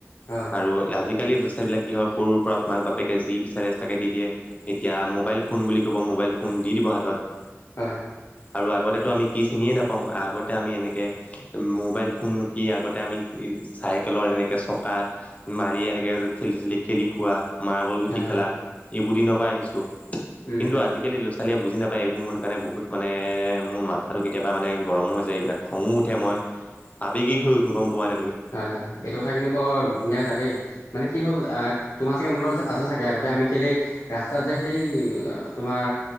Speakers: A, on the left; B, on the left.
A: হয়
B: আৰু ইয়াৰ আজি আজিকালি ল'ৰা-ছোৱালী বিলাক কি হয়, সৰুৰ পৰা মাক-বাপেকে যি বিচাৰে তাকে দি দিয়ে, এতিয়া মোবাইল ফোন বুলি ক'ব ম মোবাইল ফোন দি-দিব হাতত।
A: হয়।
B: আৰু আগতেতো আমি কি চিনিয়ে নাপাওঁ, আগতে আমি এনেকে মোবাইল ফোন নো কি আগতে আমি চাইকেলত এনেকে চকা মাৰি, এনেকে ঠেলি- ঠেলি খেলি ফুৰা মাৰ্বল গুটি
A: হয় হয়
B: খেলা, এইবোৰ দিনৰ পৰা আহিছো,
A: উম
B: কিন্তু আজিকালি ল'ৰা ছোৱালীয়ে বুজি নাপায় নাপায়, এইবোৰ মোৰত কাৰণে বহুত মানে, মোৰ মাথাটো কেতিয়াবা মানে গৰম হৈ যায়, এইবিলাক খঙো উঠে, মই আবেগি হৈ উঠো, গম পোৱা নে তুমি।
A: হয়-হয়-হয়, এইটো কথা কিন্তু বৰ ধুনীয়া কথা দেই, মানে কি হ'ল তোমাৰ চাগে মনত আছে চাগে, আগতে আমি সেই কেলেই, ৰাস্তা যে সেই তোমাৰ